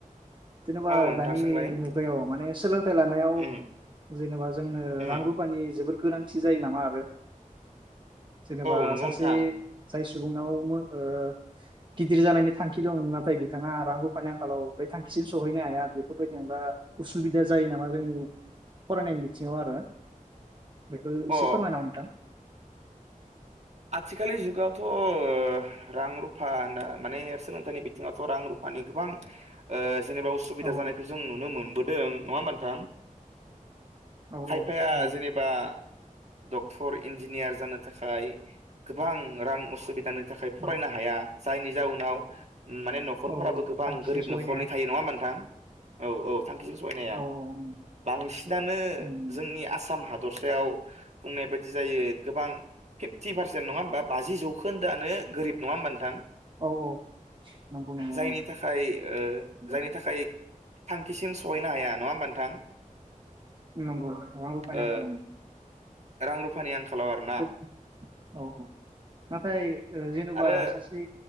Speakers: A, on the right; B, on the right.
A: जेनेबा
B: औ नोंथां
A: दानि
B: सोंलाय
A: मुगायाव माने सोलोंथाइ लानायाव
B: उम
A: जेनेबा जोंनो
B: उम
A: रां रुफानि जोबोद गोनांथि जायो नामा आरो जेनेबा
B: औ नंगौ
A: सासे
B: नोंथां
A: जाय सुबुंनाव ओ गिदिर जानायनि थांखि दं नाथाय बिथाङा रां रुफानि आंखालाव बे‌ थांखिसिम सहैनो हाया बेफोरबायदि जेनबा उसुबिदा जायो नामा जों फरायनायनि बिथिङाव आरो बेखौ एसे
B: अ
A: फोरमायना हो नोंथां
B: आथिखाललि जुगावथ' ओ रां रुफा होनना माने सोलोंथाइनि बिथिङावथ' रां रुफानि गोबां ओ जेनेबा उसुबिदा
A: औ
B: जानायखौ जों नुनो मोनबोदों नङा होमबा नोंथां
A: औ
B: खायफाया
A: औ
B: जेनेबा डक्टर इन्जिनियार जानो थाखाय गोबां रां असुबिदानि थाखाय फरायनो
A: औ
B: हाया जायनि जाउनाव माने न'खरफोराबो
A: औ औ
B: गोबां
A: थांखिजों
B: गोरिब
A: सहैनाया
B: न'खरनि थायो नङा होनबा नोंथां औ औ थांखिसिम सहैनो हाया
A: औ उम
B: बांसिनानो
A: उम
B: जोंनि आसाम हाद दसायाव बुंनाय बायदि जायो गोबां फि थि पारसेन्ट नङा होमबा बाजि जौखोन्दोआनो गोरिब नङा होमबा नोंथां
A: औ औ नंगौ नंगौ
B: जायनि थाखाय ओ
A: औ
B: जायनि थाखाय थांखिसिम सहैनो हाया नङा होमबा नोंथां
A: नंगौ रां रुफानि
B: ओ
A: आंखाल
B: रां रुफानि आंखालाव आरोना
A: ओं औ औ नाथाय जेन'बा
B: आरो
A: सासे